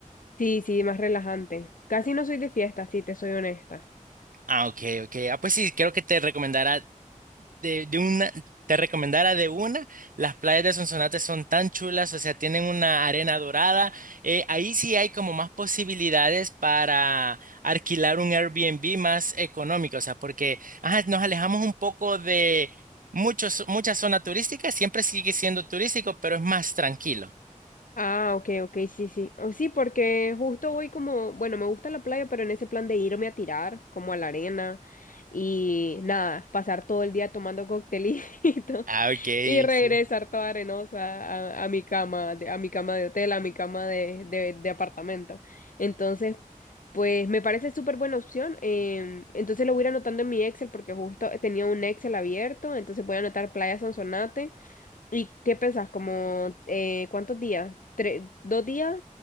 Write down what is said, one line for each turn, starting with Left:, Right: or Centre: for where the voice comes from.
Left: Sí, sí, más relajante. Casi no soy de fiesta, si te soy honesta.
Right: Ah, ok, ok. Ah, pues sí, creo que te recomendará de, de una, te recomendara de una, las playas de Sonsonate son tan chulas, o sea, tienen una arena dorada. eh, ahí sí hay como más posibilidades para alquilar un Airbnb más económico, o sea, porque ajá, nos alejamos un poco de muchos, mucha zona turística, siempre sigue siendo turístico, pero es más tranquilo.
Left: Ah, ok, ok, sí, sí. Oh, sí, porque justo voy como, bueno, me gusta la playa, pero en ese plan de irme a tirar, como a la arena, y nada, pasar todo el día tomando coctelito
Right: Ah,
Left: <laughs>
Right: ok,
Left: y regresar
Right: sí.
Left: toda arenosa a, a mi cama, de- a mi cama de hotel, a mi cama de, de, de apartamento. Entonces, pues me parece súper buena opción. em, entonces lo voy a ir anotando en mi Excel, porque justo tenía un Excel abierto, entonces voy a anotar Playa Sonsonate. ¿Y qué pensás? ¿Como eh, cuántos días? ¿Tres, dos días?